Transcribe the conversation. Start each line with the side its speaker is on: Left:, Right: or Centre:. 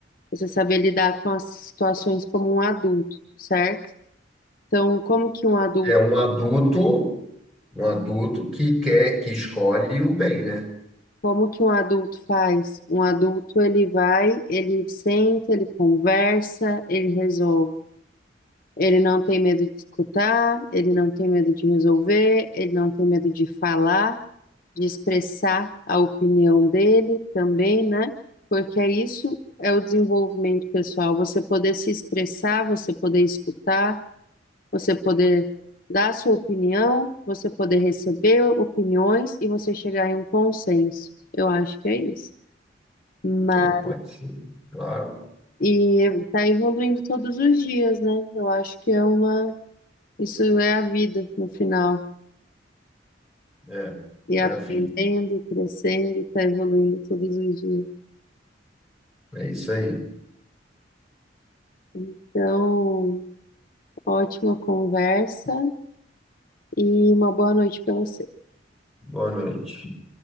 Left: você saber lidar com as situações como um adulto, certo? Então, como que um adulto
Centre: É um adulto, um adulto que quer, que escolhe o bem, né?
Left: Como que um adulto faz? Um adulto, ele vai, ele senta, ele conversa, ele resolve. Ele não tem medo de escutar, ele não tem medo de resolver, ele não tem medo de falar, de expressar a opinião dele também, né? Porque é isso é o desenvolvimento pessoal, você poder se expressar, você poder escutar, você poder dar sua opinião, você poder receber opiniões e você chegar em um consenso. Eu acho que é isso. Mas,
Centre: É, pode ser, claro.
Left: e tá evoluindo todos os dias, né? Eu acho que é uma Isso é a vida no final.
Centre: É,
Left: E aprendendo,
Centre: é a vida.
Left: e crescendo, e tá evoluindo todos os dias.
Centre: É isso aí.
Left: Então, ótima conversa e uma boa noite para você.
Centre: Boa noite.